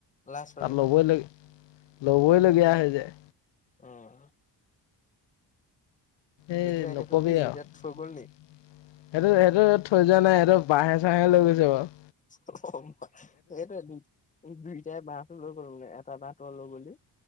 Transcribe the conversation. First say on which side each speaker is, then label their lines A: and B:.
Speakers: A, on the left; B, on the left.
A: লাজ পাবি
B: তাত ল'বই ল ল'বইলগীয়া হৈ যায়।
A: আহ।
B: এইেই
A: এতিয়া
B: নকবি
A: সেইটো কি
B: আৰু।
A: এতিয়া থৈ
B: সেইটো
A: গ'ল নি?
B: সেইটো থৈ যোৱা নাই এইেইটো বাঁহে চাহহে লৈ গৈছে বাৰু।
A: সেইটো দু দুইটাই বাহ ফ ল কৰো নে লো গ বুলি।